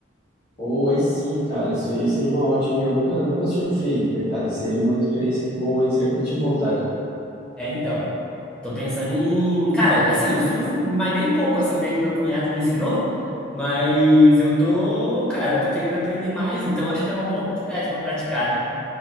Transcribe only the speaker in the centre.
É, então. Tô pensando em. Cara, assim, eu surfo, mas bem pouco, assim, né? Que meu cunhado me ensinou. Mas eu tô, cara, eu tô querendo aprender mais, então acho que é uma boa oportunidade pra praticar, né?